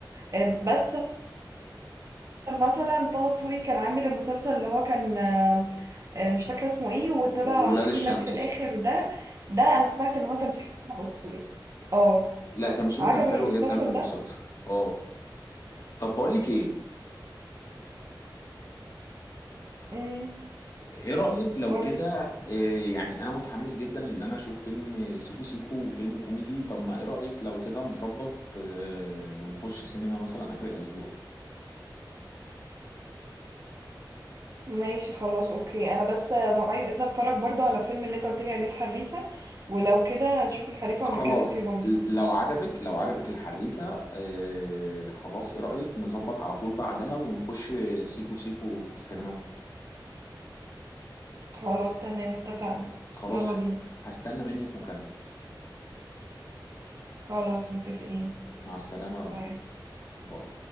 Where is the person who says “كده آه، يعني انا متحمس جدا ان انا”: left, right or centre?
Left